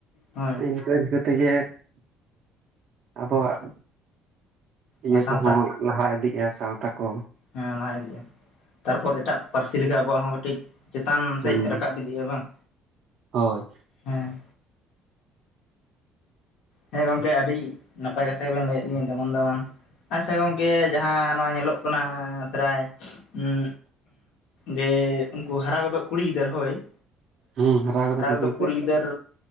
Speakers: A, on the left; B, on the right.
A: ᱦᱳᱭ
B: ᱤᱱᱠᱟᱹ ᱤᱱᱠᱟᱹ ᱛᱮᱜᱮ ᱟᱵᱚᱣᱟᱜ ᱤᱭᱟᱹ
A: ᱚᱱᱟ ᱥᱟᱶᱛᱟ
B: ᱠᱚᱦᱚᱸ ᱞᱟᱦᱟ ᱤᱫᱤᱜᱼᱟ ᱥᱟᱶᱛᱟ ᱠᱚ
A: ᱦᱮᱸ ᱞᱟᱦᱟ ᱤᱫᱤᱜᱼᱟ ᱛᱟᱨᱯᱚᱨ ᱮᱴᱟᱜ ᱯᱟᱨᱥᱤ ᱞᱮᱠᱟ ᱟᱵᱚᱣᱟᱜ ᱦᱚᱸ ᱠᱟᱹᱴᱤᱡ ᱪᱮᱛᱟᱱ
B: ᱦᱩᱸ
A: ᱥᱮᱡ ᱨᱟᱠᱟᱵ ᱤᱫᱤᱜᱼᱟ ᱵᱟᱝ?
B: ᱦᱳᱭ ᱾
A: ᱦᱮᱸ ᱾ ᱦᱮᱸ ᱜᱚᱝᱠᱮ ᱟᱹᱰᱤ ᱱᱟᱯᱟᱭ ᱠᱟᱛᱷᱟ ᱜᱮ ᱵᱮᱱ ᱞᱟᱹᱭ ᱟᱫ ᱞᱤᱧᱟ ᱫᱟᱢᱟᱱ ᱫᱟᱢᱟᱱ ᱟᱪᱪᱷᱟ ᱜᱚᱝ ᱠᱮ ᱡᱟᱦᱟᱸ ᱱᱚᱣᱟ ᱧᱮᱞᱚᱜ ᱠᱟᱱᱟ ᱯᱨᱟᱭ ᱩᱸᱜ ᱡᱮ ᱩᱱᱠᱩ ᱦᱟᱨᱟ ᱜᱚᱫᱚᱜ ᱠᱩᱲᱤ ᱜᱤᱫᱟᱹᱨ, ᱦᱳᱭ ᱾
B: ᱦᱩᱸ ᱠᱟᱛᱮ
A: ᱦᱟᱨᱟ ᱜᱚᱫᱚᱜ
B: ᱜᱤᱫᱽᱨᱟᱹ
A: ᱠᱩᱲᱤ ᱜᱤᱫᱟᱹᱨᱻ